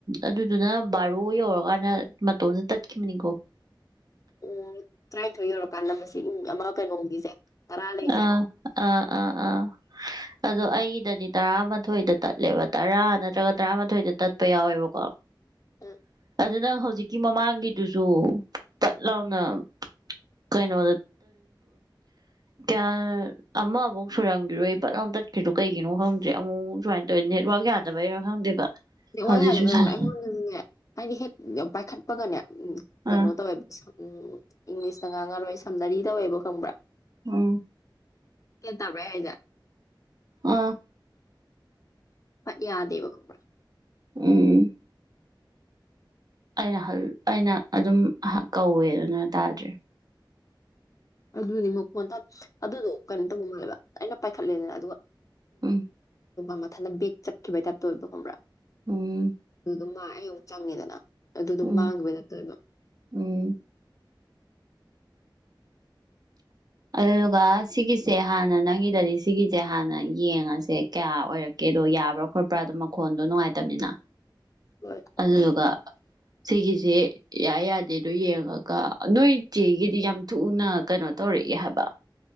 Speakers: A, on the right; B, on the left.
A: ꯑꯗꯨꯗꯨꯅ ꯕꯥꯔꯣ ꯌꯧꯔꯀꯥꯟꯗ ꯃꯇꯣꯝꯗ ꯇꯠꯈꯤꯕꯅꯤꯀꯣ
B: ꯎ ꯇꯔꯥꯅꯤꯊꯣꯏ ꯌꯧꯔꯀꯥꯟꯗ ꯃꯁꯤ ꯑꯃ ꯀꯩꯅꯣꯒꯤꯁꯦ ꯇꯔꯥ ꯂꯩꯁꯦ
A: ꯑꯥ ꯑꯥ ꯑꯥ ꯑꯥ ꯑꯗꯣ ꯑꯩꯒꯤꯗꯗꯤ ꯇꯔꯥꯃꯥꯊꯣꯏꯗ ꯇꯠꯂꯦꯕ ꯇꯔꯥ ꯅꯠꯇ꯭ꯔꯒ ꯇꯔꯥꯃꯥꯊꯣꯏꯗ ꯇꯠꯄ ꯌꯥꯎꯋꯦꯕꯀꯣ
B: ꯎ
A: ꯑꯗꯨ ꯅꯪ ꯍꯧꯖꯤꯛꯀꯤ ꯃꯃꯥꯡꯒꯤꯗꯨꯁꯨ ꯄꯠ ꯂꯥꯎꯅ ꯀꯩꯅꯣꯗ ꯀꯌꯥ ꯑꯃꯐꯧꯛ ꯁꯣꯏꯨꯔꯝꯈꯤꯔꯣꯏ ꯄꯠꯂꯥꯎ ꯇꯠꯈꯤꯗꯣ ꯀꯩꯒꯤꯅꯣ ꯈꯪꯗ꯭ꯔꯦ ꯑꯃꯨꯛ ꯁꯨꯃꯥꯏꯅ ꯇꯧꯋꯦ ꯅꯦꯠꯋꯔꯥꯛ ꯌꯥꯗꯕꯩꯔꯣ ꯈꯪꯗꯦꯕ ꯍꯧꯖꯤꯛꯁꯨ
B: ꯋꯥꯔ ꯑꯗꯨꯕꯅ
A: ꯁꯥꯏ
B: ꯍꯥꯏꯗꯤ ꯍꯦꯛ ꯌꯥꯝ ꯄꯥꯏꯈꯠꯄꯒꯅꯦ ꯎꯝ ꯀꯩꯅꯣ
A: ꯑꯥ
B: ꯇꯧꯥꯏ ꯎꯝ ꯏꯪꯂꯤꯁꯇ ꯉꯥꯡꯉ ꯂꯣꯏ ꯑꯩ ꯁꯝꯅꯔꯤ ꯇꯧꯋꯦꯕ ꯈꯪꯕ꯭ꯔꯥ
A: ꯑꯝ
B: ꯀꯦ ꯇꯕ꯭ꯔꯦ ꯍꯥꯏꯖ
A: ꯑꯥ
B: ꯐ ꯌꯥꯗꯦꯕ ꯀꯔ
A: ꯎꯝ ꯑꯩꯅ ꯑꯩꯅ ꯑꯗꯨꯝ ꯀꯧꯋꯦ ꯑꯗꯨꯅ ꯇꯥꯗ꯭ꯔꯔꯤ
B: ꯑꯗꯨꯅꯤ ꯃꯈꯣꯟ ꯑꯗꯨꯗꯣ ꯀꯩꯅꯣ ꯇꯧꯕ ꯃꯥꯜꯂꯦꯕ ꯑꯩꯅ ꯄꯥꯏꯈꯠꯂꯦꯗꯅ ꯑꯗꯨꯒ
A: ꯎꯝ
B: <unintelligible> <unintelligible> ꯕꯦꯛ ꯆꯠꯈꯤꯕ ꯇꯥꯏꯞꯇ ꯇꯧꯑꯦꯕ ꯈꯪꯕ꯭ꯔꯥ
A: ꯎꯝ
B: <unintelligible> ꯑꯩ ꯑꯃꯨꯛ ꯆꯪꯉꯤꯗꯅ ꯑꯗꯨ ꯑꯗꯨꯝ
A: ꯎꯝ
B: ꯃꯥꯡꯒꯤꯕꯩ ꯇꯥꯏ꯭ꯄ ꯇꯧꯑꯦꯕ
A: ꯎꯝ ꯑꯗꯨꯗꯨꯒ ꯁꯤꯒꯤꯁꯦ ꯍꯥꯟꯅ ꯅꯪꯒꯤꯗꯗꯤ ꯁꯤꯒꯤꯁꯦ ꯍꯥꯟꯅ ꯌꯦꯡꯉꯁꯦ ꯀꯌꯥ ꯑꯣꯏꯔꯛꯀꯦꯗꯣ ꯌꯥꯕ꯭ꯔꯥ ꯈꯣꯠꯄ꯭ꯔꯥ ꯑꯗꯨ ꯃꯈꯣꯟꯗꯣ ꯅꯨꯡꯉꯥꯏꯇꯝꯅꯤꯅ
B: ꯍꯣꯏ
A: ꯑꯗꯨꯗꯨꯒ ꯁꯤꯒꯤꯁꯦ ꯌꯥꯏ ꯌꯥꯗꯦꯗꯣ ꯌꯦꯡꯉꯒ ꯅꯣꯏ ꯆꯦꯒꯤꯗꯤ ꯌꯥꯝ ꯊꯨꯅ ꯀꯩꯅꯣ ꯇꯧꯔꯤ ꯍꯥꯏꯕ